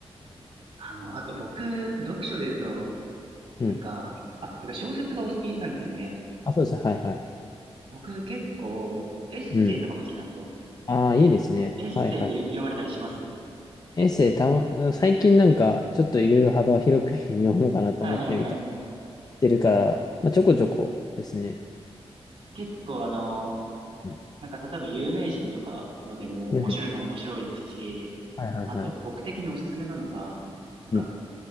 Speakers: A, on the right; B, on the left.
A: あの、あと僕、読書で言うと、
B: うん
A: なんか、あ、てか小説がお好きなんですよね。
B: あ、そうです。はいはい。
A: 僕結構、エッセイとかも好きなんですよ。
B: うん。ああ、いいですね。
A: エッセイって読まれたりします
B: はいはい。エッセイたま、最近なんか、ちょっといろいろ幅広く <laughs> 読もうかなと思ってみたり
A: はいはいはいはい。
B: してるから、まあ、ちょこちょこですね。
A: 結構あの、
B: うん。
A: なんか例えば有名人とかのでも面白いのは面白いですし、
B: うんはいはいはい。
A: あと僕的におすすめなのが、なんかあの、
B: うん。